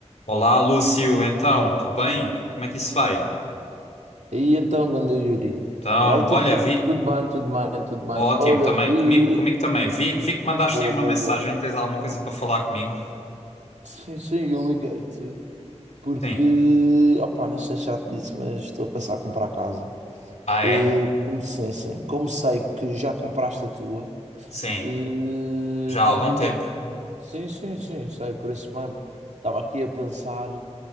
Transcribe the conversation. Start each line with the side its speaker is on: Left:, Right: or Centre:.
Left: Olá, Lúcio, então, tudo bem? Como é que isso vai?
Right: E então, ganda Yuri,
Left: Então,
Right: vai tudo,
Left: olha,
Right: tr-
Left: vi.
Right: tudo bem, tudo bem, tudo bem.
Left: Ótimo
Right: Olha,
Left: também,
Right: eh,
Left: comigo, comigo também. Vi, vi que mandaste
Right: boa,
Left: aí uma
Right: boa,
Left: mensagem,
Right: boa.
Left: tens alguma coisa para falar comigo?
Right: Sim, sim, eu liguei-te porque,
Left: Sim.
Right: opá, não sei se já te disse, mas estou a pensar em comprar casa.
Left: Ah,
Right: Eh,
Left: é?
Right: como, sim, sim, como sei que já compraste a tua,
Left: Sim.
Right: eh,
Left: Já
Right: estava
Left: há algum
Right: aqui
Left: tempo.
Right: a... Sim, sim, sim, sei, por isso mesmo. Estava aqui a pensar.